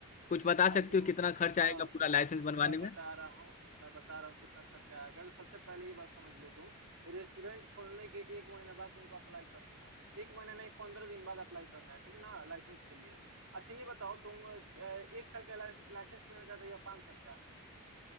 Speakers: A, on the left (about 35°); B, on the right (about 65°).
A: कुछ बता
B: भाई
A: सकते
B: देखो
A: हो कितना खर्च
B: हाँ
A: आएगा पूरा
B: म-
A: लाइसेंस बनवाने
B: मैं बता
A: में
B: रहा हूँ मैं बता रहा हूँ कितना खर्चा आएगा तो सबसे पहले ये बात समझ लो तुम रेस्टोरेंट खोलने के एक महीने बाद तुमको अप्लाई करना है एक महीने नहीं पंद्रह दिन बाद अप्लाई करना है ठीक है ना लाइसेंस के लिए अच्छा ये बताओ तुम अ, एक साल का लाइसेंस लेना चाहते हो या पाँच साल का